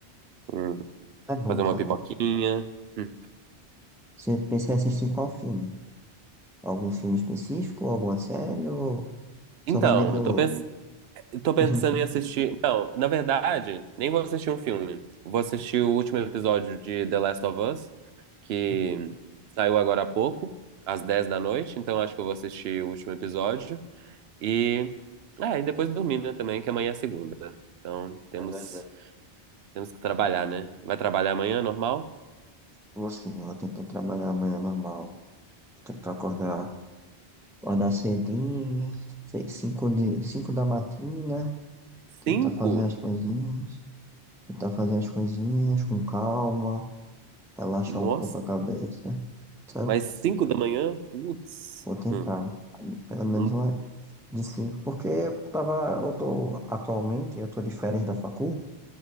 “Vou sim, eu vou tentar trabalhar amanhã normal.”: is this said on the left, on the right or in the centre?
Centre